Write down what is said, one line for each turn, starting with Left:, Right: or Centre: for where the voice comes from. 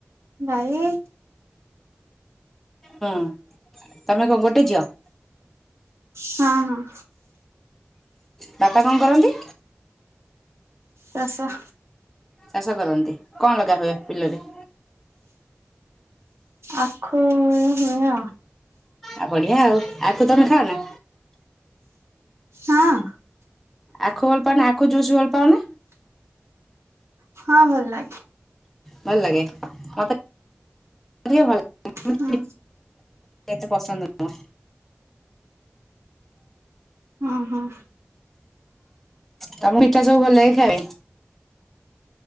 Right: ଭାଇ।
Centre: ହୁଁ ତମେ କଣ ଗୋଟେ ଝିଅ?
Right: ହଁ ହଁ।
Centre: ବାପା କଣ କରନ୍ତି?
Right: ଚାଷ।
Centre: ଚାଷ କରନ୍ତି କଣ ଲଗା ହୁଏ? ବିଲରେ।
Right: ଆଖ ହୁଏ ଆ
Centre: ଆଉ ବଢ଼ିଆ ଆଉ ଆଖୁ ତମେ ଖାଅ ନା।
Right: ହଁ।
Centre: ଆଖୁ ଭଲ ପା ଆଖୁ ଜୁସ ଭଲ ପାଉନା।
Right: ହଁ ଭଲ ଲାଗେ।
Centre: ଭଲ ଲାଗେ ମତେ। ଭଲ ପନ୍ଦ
Right: ହଁ
Centre: ଏତେ ପସନ୍ଦ ନୁହଁ। <inaudible>
Right: ହଁ ହଁ
Centre: ତମ ପିଠା ସବୁ ଭଲ ଲ ଖାଇ।